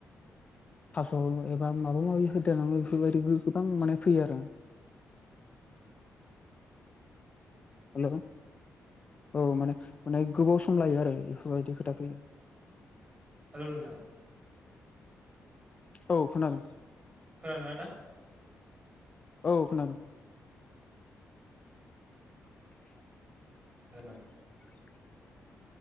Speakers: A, on the left; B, on the right.
A: थास' एबा माबा माबि होदेर नांगो बेफोरबायदि गो गोबां माने फैयो आरो। हेल' औ माने माने गोबाव सम लायो आरो बेफोरबायदि खोथा फैयो।
B: हेल' नोंथां।
A: औ खोनादों।
B: खोनादों ना दा?
A: औ खोनादों। <inaudible>
B: हागोन नामा